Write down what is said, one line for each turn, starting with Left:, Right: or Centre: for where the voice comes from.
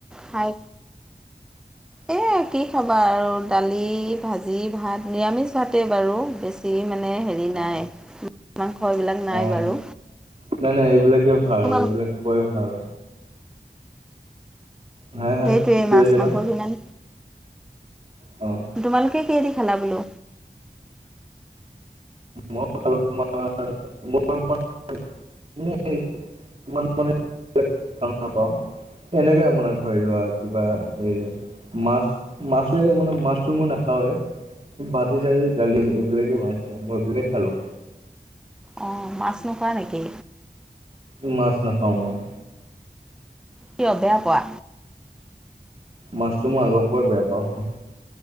Centre: হাই এ কি খাবা আৰু দালি, ভাজি, ভাত নিৰামিছ ভাতেই বাৰু বেছি মানে হেৰি
Right: অ
Centre: নাই মাংস এইবিলাক নাই
Right: অ,
Centre: বাৰু
Right: নাই নাই এইবিলাকে ভাল,
Centre: তোমালোক
Right: এইবিলাক খোৱাই ভাল। হা হা
Centre: সেইটোৱে
Right: কি কৈ
Centre: মাছ,
Right: আছিলা
Centre: মাংস ইমান
Right: অ।
Centre: তোমালোকে কিহেদি খালা বোলো?
Right: মই খালো তোমাৰ <unintelligible> <unintelligible> ইমান মানে <unintelligible> ভাল নাপাও। তেনেকে মানে ধৰি লোৱা কিবা এই মাছ, মাছো এই মানে মাছটো মই নাখাওৱে। ভজি-চাজি, দালি এইবিলাকে বনাইছিলে, মই এইবিলাকে খালো।
Centre: অ, মাছ নোখোৱা নেকি?
Right: মাছ নাখাওঁ মই।
Centre: কিয় বেয়া পোৱা?
Right: মাছটো মই আগৰ পৰাই বেয়া পাওঁ।